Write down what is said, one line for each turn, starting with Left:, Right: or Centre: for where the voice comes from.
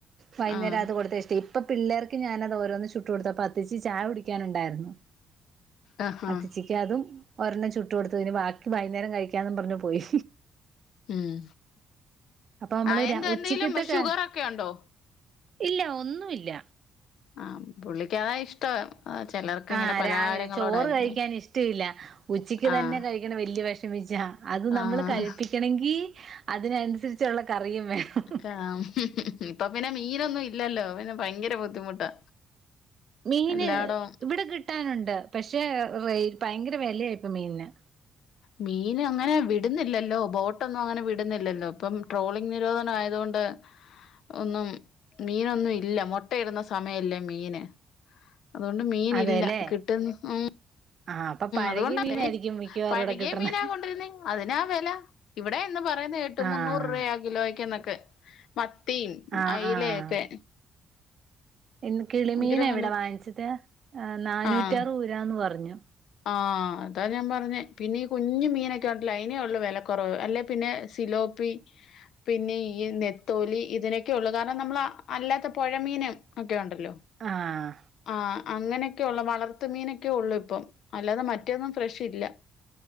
Right: വയ്യ്ന്നേരം
Left: ആഹ്
Right: അത് കൊടുത്ത് ഇഷ്ടെയ്യും ഇപ്പ പിള്ളേർക്ക് ഞാനത് ഓരോന്ന് ചുട്ടു കൊടുത്തപ്പ അത്തിച്ചി ചായ കുടിക്കാനുണ്ടാരുന്നു
Left: ആഹ്
Right: അത്ത്ച്ചിക്ക്
Left: ആഹ്
Right: അതും ഒരെണ്ണം ചുട്ടു കൊടുത്തു ഇനി ബാക്കി വയ്യ്ന്നേരം കഴിക്കാന്നും പറഞ്ഞു പോയി
Left: ഉം
Right: അപ്പൊ നമ്മള്
Left: ആ എന്ത്
Right: ര ഉച്ചക്കത്തെക്കെ
Left: എന്തെങ്കിലും ഷുഗറക്കെ ഒണ്ടോ
Right: ഇല്ല ഒന്നു ഇല്ല
Left: ആഹ പുള്ളിക്കതാ ഇഷ്ടം ചിലർക്ക്
Right: ആഹ്
Left: ഇങ്ങനെ പലഹാരങ്ങളോടായിരിക്കും
Right: രാവിലെ ചോറ് കഴിക്കാൻ ഇഷ്ട ഇല്ല. ഉച്ചക്ക് തന്നെ
Left: ആഹ്
Right: കഴി ക്കണ വല്യ വെഷമിച്ചാ അത് നമ്മള്
Left: ആഹ്
Right: കഴിപ്പിക്കണെങ്കീ അതിനനുസരിച്ചൊള്ള കറിയും വേണം
Left: ക്കാം ഇപ്പ പിന്നെ മീനൊന്നും ഇല്ലല്ലോ പിന്നെ ഭയങ്കര ബുദ്ധിമുട്ടാ
Right: മീന്
Left: എല്ലാടോം
Right: ഇവിടെ കിട്ടാനൊണ്ട് പക്ഷെ റേ ഭയങ്കര വെലയാ ഇപ്പം മീനിന്
Left: മീന് അങ്ങനെ വിടുന്നില്ലല്ലോ ബോട്ടൊന്നും അങ്ങനെ വിടുന്നില്ലല്ലോ ഇപ്പം ട്രോളിങ് നിരോധനം ആയതോണ്ട് ഒന്നും മീനൊന്നും ഇല്ല മൊട്ടയിടുന്ന സമയല്ലേ മീന് അതോണ്ട് മീൻ
Right: അതെല്ലേ
Left: ഇല്ല കിട്ട്ൻ ഉം
Right: ആഹ് അപ്പ പ പഴകിയ
Left: അതുകൊണ്ടല്ലേ
Right: മീനായിരിക്കും
Left: മീൻ
Right: മിക്കവാറും
Left: പഴകിയ
Right: ഇവിടെ കിട്ടണേ
Left: മീനാ കൊണ്ടരു ന്നേ അതിനാ വെല ഇവടെ ഇന്ന് പറയുന്ന കേട്ടു
Right: ആഹ്
Left: മുന്നൂറ് രൂവയാ കിലോയ്ക്ക്ന്നൊക്കെ മത്തി
Right: ആഹ്
Left: അയ്ലയൊക്കെ
Right: ആഹ് ഇന്ന് കിളിമീനാ
Left: ഭയങ്കര വെല
Right: ഇവിടെ വാങ്ങിച്ചത്. ആ നാന്നൂറ്റാറ്
Left: ആഹ്
Right: ഊരാന്ന് പറ്ഞ്ഞു
Left: ആഹ് അതാ ഞാൻ പറഞ്ഞേ പിന്നെ ഈ കുഞ്ഞ് മീനക്കെ ഒണ്ടല്ലോ അയ്നേ ഒള്ളൂ വെലക്കൊറവ് അല്ലെ പിന്നെ സിലോ പി പിന്നെ ഈ നെത്തോലി ഇതിനൊക്കെ ഒള്ളു കാരണം നമ്മൾ അല്ലാത്ത പുഴമീന് ഒക്കെ ഉണ്ടല്ലോ
Right: ആഹ്
Left: ആഹ് അങ്ങനെയൊക്കെ ഉള്ള വളർത്ത് മീനൊക്കെ ഒള്ളു ഇപ്പം അല്ലാതെ മറ്റേന്നും ഫ്രഷ് ഇല്ല